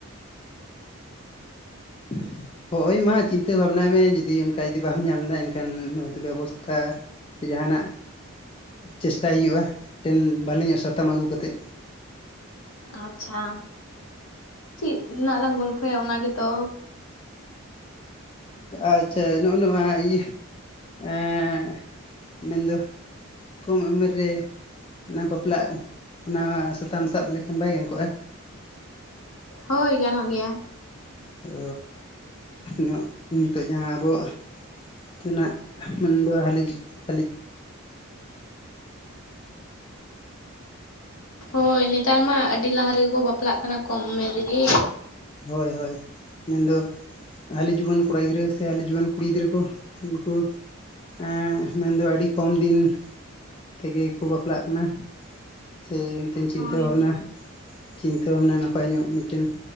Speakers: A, on the left; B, on the left.
A: <inaudible> ᱦᱳᱭ ᱢᱟ ᱪᱤᱱᱛᱟᱹ ᱵᱷᱟᱵᱱᱟᱭ ᱢᱮ ᱡᱩᱫᱤ ᱚᱱᱠᱟ ᱡᱩᱫᱤ ᱵᱟᱢ ᱧᱟᱢ ᱫᱟ, ᱮᱱᱠᱷᱟᱱ ᱱᱚᱜ-ᱚᱭ ᱛᱚ ᱵᱮᱵᱚᱥᱛᱷᱟ ᱡᱟᱦᱟᱱᱟᱜ ᱪᱮᱥᱴᱟᱭ ᱦᱩᱭᱩᱜᱼᱟ᱾ ᱢᱤᱫᱴᱮᱱ ᱵᱷᱟᱞᱮ ᱧᱚᱜ ᱥᱟᱛᱟᱢ ᱟᱹᱜᱩ ᱠᱟᱛᱮᱫ᱾
B: ᱟᱪᱪᱷᱟ, ᱪᱮᱫ ᱨᱮᱱᱟᱜ ᱞᱟᱝ ᱜᱚᱞᱯᱷᱚᱭᱟ ᱚᱱᱟ ᱜᱮᱛᱚ?
A: ᱟᱪᱪᱷᱟ ᱱᱚᱜᱼᱚ ᱱᱚᱣᱟ ᱤᱭᱟᱹ ᱮᱸᱻ ᱢᱮᱱᱫᱚ ᱠᱚᱢ ᱩᱢᱮᱨ ᱨᱮ ᱚᱱᱟ ᱵᱟᱯᱞᱟᱜ, ᱚᱱᱟ ᱥᱟᱛᱟᱢ ᱥᱟᱵ ᱞᱮᱠᱷᱟᱱ ᱵᱟᱭ ᱜᱟᱱ ᱠᱚᱜᱼᱟ?
B: ᱦᱳᱭ, ᱜᱟᱱᱚᱜ ᱜᱮᱭᱟ᱾
A: ᱚ ᱧᱚᱜ ᱱᱤᱛᱚᱜ ᱡᱟᱦᱟᱸ ᱟᱵᱚᱣᱟᱜ ᱱᱟᱜ ᱢᱮᱱᱫᱚ ᱦᱟᱹᱞᱤᱡ ᱦᱟᱹᱞᱤᱡ
B: ᱦᱳᱭ ᱱᱮᱛᱟᱨ ᱢᱟ ᱟᱹᱰᱤ ᱞᱟᱦᱟ ᱨᱮᱜᱮ ᱠᱚ ᱵᱟᱯᱞᱟᱜ ᱠᱟᱱᱟ ᱠᱚᱢ ᱩᱢᱮᱨ ᱨᱮᱜᱮ᱾
A: ᱦᱳᱭ ᱦᱳᱭ, ᱢᱮᱱᱫᱚ ᱦᱟᱹᱞᱤ ᱡᱩᱣᱟᱹᱱ ᱠᱚᱲᱟ ᱜᱤᱫᱽᱨᱟᱹ ᱥᱮ ᱦᱟᱹᱞᱤ ᱡᱩᱣᱟᱹᱱ ᱠᱩᱲᱤ ᱜᱤᱫᱽᱨᱟᱹ ᱠᱚ ᱩᱱᱠᱩ ᱮᱸ ᱢᱮᱱᱫᱚ ᱟᱹᱰᱤ ᱠᱚᱢ ᱫᱤᱱ ᱛᱮᱜᱮ ᱠᱚ ᱵᱟᱯᱞᱟᱜ ᱠᱟᱱᱟ᱾ ᱥᱮ ᱢᱤᱫᱴᱮᱱ ᱪᱤᱱᱛᱟᱹ
B: ᱦᱳᱭ
A: ᱵᱷᱟᱵᱽᱱᱟ ᱪᱤᱱᱛᱟᱹ ᱵᱷᱟᱵᱽᱱᱟ ᱱᱟᱯᱟᱭ ᱧᱚᱜ ᱢᱤᱫᱴᱮᱱ